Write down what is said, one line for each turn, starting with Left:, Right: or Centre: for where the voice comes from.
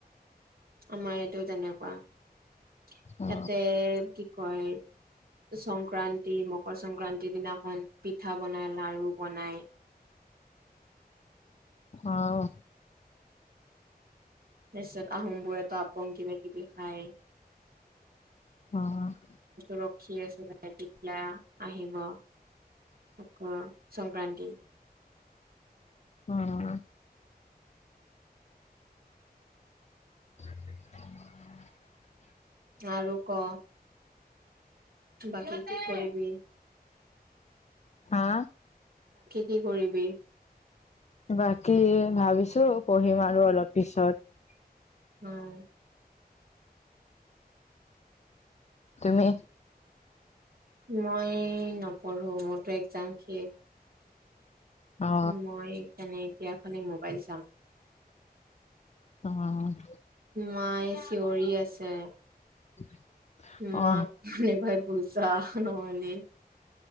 Right: আমাৰ এইটো তেনেকুৱা ইয়াতে
Left: অ
Right: কি হয় সংক্ৰান্তি মকৰ সংক্ৰান্তিৰ দিনাখন পিঠা বনাই লাড়ু বনায়
Left: আঅ
Right: তাৰপিছত আহোমবোৰেতা আপং কিবা কিবি, খায়
Left: অঁ
Right: ৰখ্খি আছো চাই তেতিয়া, আহিব আ সংক্ৰান্তি
Left: অম <inaudible>
Right: আৰু ক বাকী কি কৰিববি
Left: হা
Right: কি কৰিবি
Left: বাকী ভাবিছো পঢ়িম আৰু অলপ পিছত
Right: উম
Left: তুমি
Right: মই নপঢ়ো মোৰতো এক্জাম শেষ
Left: অ
Right: উম এই খানে এতিয়া মোবাইল চাম
Left: অঁ
Right: মাই চিঞৰি আছে
Left: <inaudible>
Right: মাক
Left: অ
Right: মানে ভাই বুজা নোহলে